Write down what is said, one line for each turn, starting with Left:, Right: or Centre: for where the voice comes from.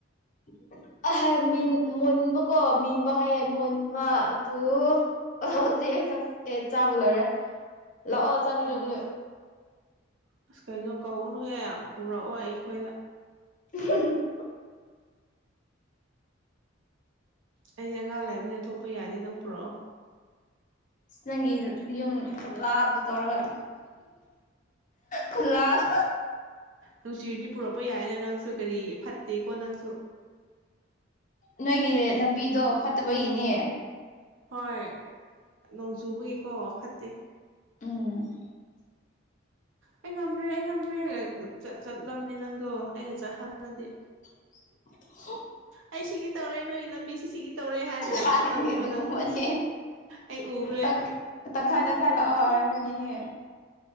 Left: <inaudible> ꯑꯍꯥ ꯃꯤꯟ ꯃꯨꯟꯕ ꯀꯣ ꯃꯤꯟꯕ ꯍꯥꯏꯌꯦ ꯃꯨꯟꯕ ꯑꯇꯣ ꯍꯧꯖꯤꯛ ꯑꯦ ꯁꯛ ꯑꯦ ꯆꯥꯕ ꯂꯣꯏꯔꯦ ꯂꯥꯛꯑꯣ ꯆꯥꯅꯤꯡꯉꯗꯤ
Right: ꯑꯣ ꯑꯁ ꯀꯩꯅꯣ ꯀꯧꯒꯅꯨꯍꯦ ꯄꯨꯔꯛꯑꯣ ꯑꯩꯈꯣꯏꯗ
Left: <unintelligible>
Right: ꯑꯩꯗꯤ ꯑꯉꯥꯡ ꯂꯩꯕꯅꯤꯅ ꯊꯣꯛꯄ ꯌꯥꯗꯦ ꯅꯪ ꯄꯨꯔꯛꯑꯣ
Left: ꯑ ꯅꯪꯒꯤ ꯌꯨꯝ ꯈꯨ ꯂꯥꯕꯗꯣ ꯇꯧꯔꯒ ꯈꯨꯂꯥꯞ
Right: ꯅꯨꯡꯁꯤꯔꯗꯤ ꯄꯨꯔꯛꯄ ꯌꯥꯏꯅ ꯅꯪꯁꯨ ꯀꯔꯤ ꯐꯠꯇꯦꯀꯣ ꯅꯪꯁꯨ
Left: ꯅꯣꯏꯒꯤ ꯂꯝꯕꯤꯗꯣ ꯐꯠꯇꯕꯒꯤꯅꯦ
Right: ꯍꯣꯏ ꯅꯣꯡ ꯆꯨꯕꯒꯤꯀꯣ ꯐꯠꯇꯦ
Left: ꯎꯝ
Right: ꯑꯩ ꯉꯝꯗ꯭ꯔꯦ ꯑꯩ ꯉꯝꯗ꯭ꯔꯦ ꯆꯠꯂꯝꯅꯤ ꯅꯪꯗꯣ ꯑꯩꯅ ꯆꯠꯍꯜꯂꯗꯤ
Left: <inaudible>
Right: ꯑꯩ ꯁꯤꯒꯤ ꯇꯧꯔꯦ ꯅꯣꯏꯒꯤ ꯂꯝꯕꯤꯁꯤ ꯁꯤꯒꯤ ꯇꯧꯔꯦ ꯍꯥꯏꯅ
Left: ꯍꯥꯏꯗꯤ
Right: ꯆꯠꯂꯝꯅꯦ
Left: ꯑꯗꯨꯒꯨꯝꯕꯗꯤ
Right: ꯃ ꯅꯪꯗꯣ ꯑꯩ ꯎꯈ꯭ꯔꯦ
Left: ꯇꯪ ꯇꯪꯈꯥꯏ ꯇꯪꯈꯥꯏ ꯂꯥꯛꯑꯣ ꯍꯥꯏꯔꯗꯨꯅꯦꯍꯦ